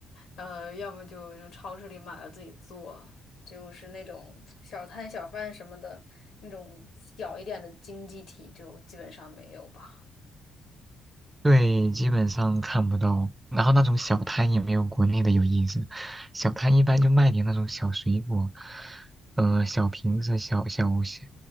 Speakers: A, on the left; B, on the right.
A: 呃，要么就就超市里买了自己做，就是那种小摊小贩什么的，那种小一点的经济体就基本上没有吧。
B: 对，基本上看不到。然后那种小摊也没有国内的有意思，小摊一般就卖点那种小水果，呃，小瓶子、小小小，